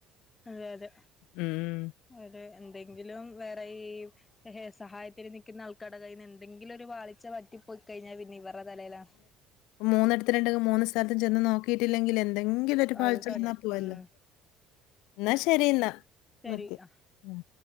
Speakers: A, on the left (about 15°); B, on the left (about 80°).
A: അതെ
B: ഉം.
A: അതെ എന്തെങ്കിലും വേറെ ഈ ഹേ സഹായത്തിൽ നിൽക്കുന്ന ആൾക്കടെ കയ്യിന്ന് എന്തെങ്കിലും ഒരു പാളിച്ച വറ്റിപ്പോയിക്കഴിഞ്ഞാൽ പിന്നെ ഇവരുടെ തലയിലാ
B: മൂന്നിടത്തുണ്ടെങ്കി മൂന്ന് സ്ഥലത്ത് ചെന്ന് നോക്കിയിട്ടില്ലെങ്കിൽ എ എന്തെങ്കിലും ഒരു പാളിച്ച
A: അത് തന്നെ
B: വന്നാ പോവല്ലോ
A: ഉം
B: എന്നാ ശരി എന്നാ
A: ശരി
B: നിക്ക്
A: ആഹ്
B: ഉം